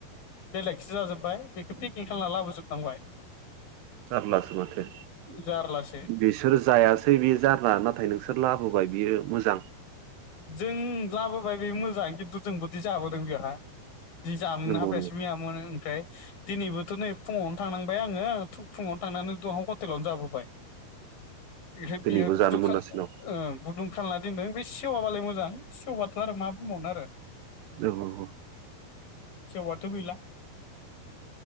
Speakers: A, on the left (about 60°); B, on the right (about 85°).
A: बेलेगसो जाजोबबाय बेखौ पिकें खालामना लाबोजोबनांबाय।
B: जारलासो माथो
A: जारलासो
B: बिस सोर जायासै बियो जारला नाथाय नोंसोर लाबोबाय बियो मोजां।
A: जों लाबोबाय बे मोजां खिन्थु जोंबोदि जाबोदों बेयावहा जि जामनो
B: नंगौ
A: हाफायासै
B: नंगौ
A: मैया। मोनो ओमफ्राय। दिनैबोथ' नै फुङावनो थांनांबाय आङो फुङावनो थांनानै दहां हटेलावनो जाबोबाय।
B: <inaudible>
A: बेफ्राय
B: दिनैबो
A: बियो गुदुंखा
B: जानो मोनासै न'
A: ओं गुदुं खालामना दोनदों बे सेवाबालाय मोजां सेवबाथ' आरो मा बुंबावनो आरो।
B: औ औ
A: सेवबाथ गैला